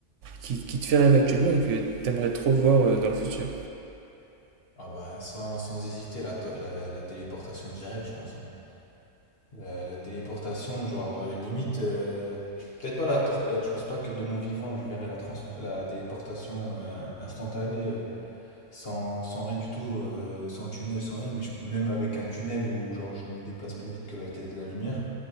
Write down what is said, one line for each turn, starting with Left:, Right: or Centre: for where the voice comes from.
Right: qui, qui te fait rêver actuellement et que tu aimerais trop voir euh, dans le futur.
Left: Ah bah sans, sans hésiter la, to- la, la téléportation directe je pense. hein. La, la téléportation genre euh, limite euh, peut-être pas la tor- euh, je pense pas que de mon vivant je verrai la, trans- la téléportation euh, instantanée euh, sans, sans rien du tout euh, sans tunnel sans rien mais je- même avec un tunnel où genre je me déplace plus vite que la vitesse de la lumière